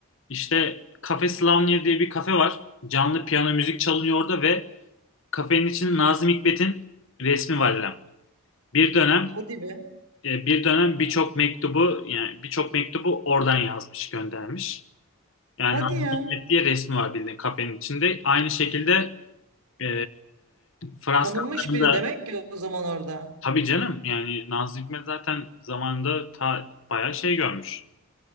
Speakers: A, on the left; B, on the right.
A: İşte Cafe Slavnia diye bir kafe var. Canlı piyano müzik çalınıyor orada ve kafenin içinde Nazım Hikmet'in resmi var İrem. Bir dönem
B: Hadi be.
A: e, bir dönem birçok mektubu yani birçok mektubu oradan yazmış, göndermiş. Yani
B: Hadi
A: Nazım
B: ya.
A: Hikmet diye resmi var bildiğin kafenin içinde. Aynı şekilde e, Frans
B: Tanınmış
A: Kafka'nın
B: biri
A: da
B: demek ki o zaman orada.
A: tabii canım yani Nazım Hikmet zaten zamanında ta, bayağı şey görmüş.